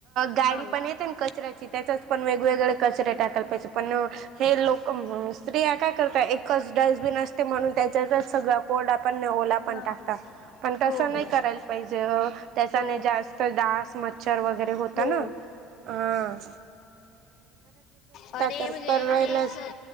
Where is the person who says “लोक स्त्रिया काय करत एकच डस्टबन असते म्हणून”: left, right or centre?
Right